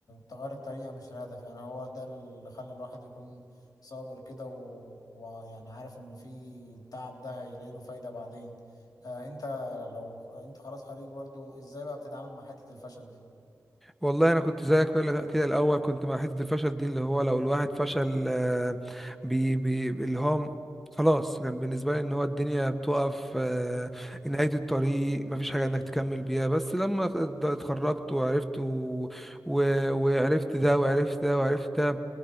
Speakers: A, on the left; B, in the centre.
A: تغير الطريقة مش الهدف يعني هو ده اللي خلى الواحد يكون صابر كده و- ويعني عارف إن في التعب ده هيلاقي له فايدة بعدين آه أنت لو أنت خلاص خريج برضو إزاي بقى بتتعامل مع حتة الفشل دي؟
B: والله انا كنت زيك كده كده الاول كنت مع حتة الفشل دي اللي هو لو الواحد فشل آه، بي بي اللي هو خلاص كان بالنسبة لي ان هو الدنيا بتقف آه،
A: مم.
B: نهاية الطريق مفيش حاجة انك تكمل بيها بس لما اتخرجت وعرفت و... و... وعرفت ده وعرفت ده وعرفت ده